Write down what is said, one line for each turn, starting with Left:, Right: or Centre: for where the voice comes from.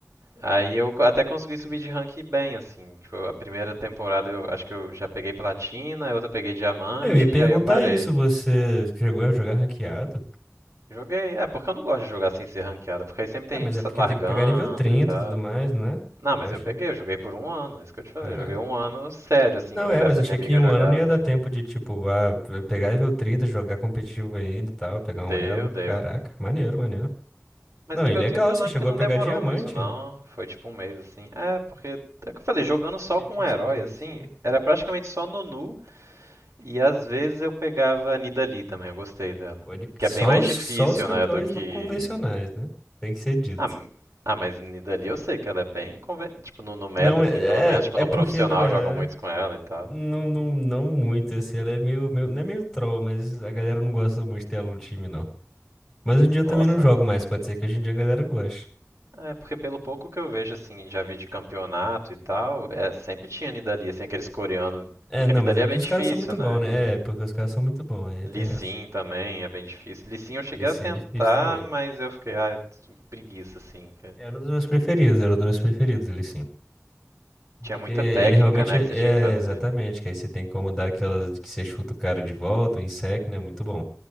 Right: Aí eu co- até consegui subir de rank bem, assim. Tipo, a primeira temporada eu acho que eu já peguei platina, a outra eu peguei diamante,
Centre: Eu ia perguntar
Right: aí eu parei.
Centre: isso, você chegou a jogar ranqueado?
Right: Joguei. É, porque eu não gosto de jogar sem ser ranqueada, porque aí sempre tem
Centre: É, mas
Right: gente
Centre: é
Right: sa-
Centre: porque
Right: largando
Centre: tem que pegar nível 30
Right: e tal.
Centre: e tudo mais, né?
Right: Não,
Centre: Eu
Right: mas
Centre: Achei.
Right: eu peguei, eu joguei por um ano, isso que eu te falei.
Centre: Ah.
Right: Joguei um ano sério, assim.
Centre: Não
Right: com-
Centre: é,
Right: Essa
Centre: mas achei
Right: minha amiga
Centre: que em um
Right: jogava
Centre: ano não ia
Right: também
Centre: dar tempo
Right: comigo.
Centre: de, tipo, ah, pe- pegar nível 30, jogar competitivo ainda e tal, pegar um
Right: Deu,
Centre: elo.
Right: deu.
Centre: Caraca, maneiro, maneiro.
Right: Mas
Centre: Não,
Right: nível
Centre: e legal,
Right: 30 eu
Centre: você
Right: lembro
Centre: chegou
Right: que não
Centre: a pegar
Right: demorou
Centre: diamante.
Right: muito, não. Foi tipo um mês, assim. É, porque. É o que eu falei, jogando só
Centre: Eu
Right: com
Centre: tinha
Right: um
Centre: experiência,
Right: herói, assim,
Centre: né?
Right: era praticamente só Nunu. E às vezes eu pegava a Nidalee também, eu gostei dela.
Centre: Pode-
Right: Que
Centre: Só
Right: é bem mais
Centre: os,
Right: difícil,
Centre: só os campeões
Right: né, do que
Centre: não convencionais, né? Tem que ser dito.
Right: Ah, m- ah, mas Nidalee eu sei que ela é bem conven... Tipo, no, no
Centre: Não
Right: meta,
Centre: é,
Right: assim, pelo menos.
Centre: é,
Right: Tipo,
Centre: é
Right: no
Centre: porque
Right: profissional
Centre: não é.
Right: jogam muitos com ela e tal.
Centre: Não, não, não muito, assim, ela é meio, meio- não é meio troll, mas a galera não gosta muito dela no time, não. Mas hoje em dia eu
Right: Nossa,
Centre: também não jogo mais, pode ser que hoje em dia a galera goste.
Right: é porque pelo pouco que eu vejo, assim, já vi de campeonato e tal, é, sempre tinha Nidalee, assim, aqueles coreanos.
Centre: É,
Right: Porque
Centre: não,
Right: Nidalee
Centre: mas é
Right: é
Centre: que
Right: bem
Centre: os
Right: difícil,
Centre: caras são muito
Right: né?
Centre: bons, né?
Right: É,
Centre: É, porque os caras são muito bons, aí tem
Right: Lee Sin
Centre: essa.
Right: também é bem difícil. Lee Sin eu cheguei
Centre: Lee Sin
Right: a tentar,
Centre: é difícil também.
Right: mas eu fiquei, ah, t- preguiça, assim. que
Centre: Era um dos meus preferidos, era um dos meus preferidos, Lee Sin.
Right: Tinha
Centre: Porque
Right: muita
Centre: ele
Right: técnica,
Centre: realmente
Right: né,
Centre: é,
Right: que você tinha que fazer.
Centre: é, exatamente,
Right: né?
Centre: que aí você tem como dar aquela que você chuta o cara de volta, o insect, né? Muito bom.